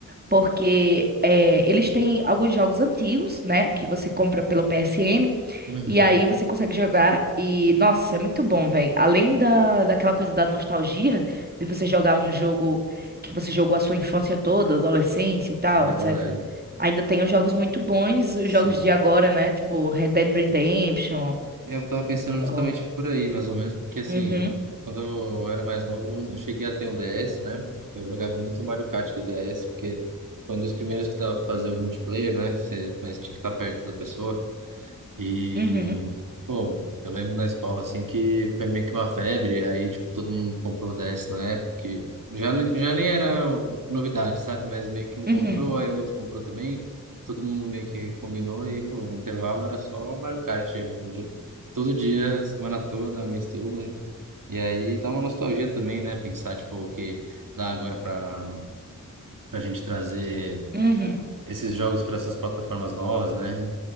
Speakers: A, on the right; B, on the right.
A: Porque é, eles têm alguns jogos antigos, né? Que você compra pelo PSN.
B: Uhum.
A: E aí você consegue jogar. E, nossa, é muito bom, velho. Além da, daquela coisa da nostalgia, de você jogar um jogo que você jogou a sua infância toda, adolescência e tal,
B: É
A: etc.
B: verdade.
A: Ainda tem os jogos muito bons, os
B: Sim.
A: jogos de agora, né? Tipo Red Dead Redemption.
B: É, Eu tava pensando justamente
A: ou-
B: por aí, mais ou menos, porque assim,
A: Uhum,
B: quando eu era mais novo, eu cheguei a ter um DS, né? Eu jogava muito Mario Kart do DS, porque foi um dos primeiros que dava pra fazer o multiplayer, né? Você, mas tinha que estar perto da pessoa. E,
A: uhum,
B: pô, eu lembro na escola, assim, que foi meio que uma febre, aí, tipo, todo mundo comprou o DS na época, que já, ne- já nem era novidade, sabe? Mas meio que um
A: uhum,
B: comprou, aí o outro comprou também, todo mundo meio que combinou, e, pô, no intervalo era só Mario Kart, o dia- todo dia, semana toda, mês todo, né? E aí dá uma nostalgia também, né? Pensar, tipo, o que dá agora pra, pra gente trazer
A: uhum.
B: esses jogos para essas plataformas novas, né?